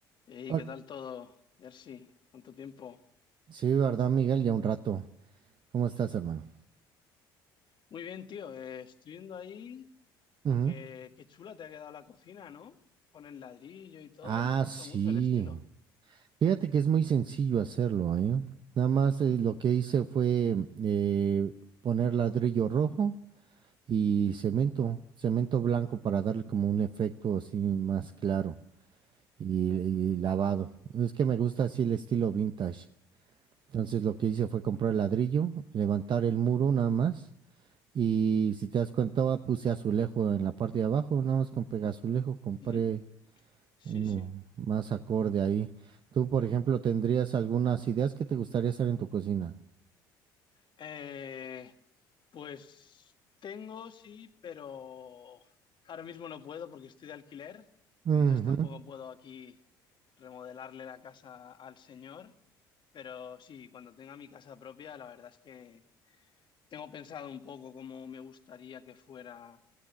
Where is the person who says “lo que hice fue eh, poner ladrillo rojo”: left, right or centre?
Right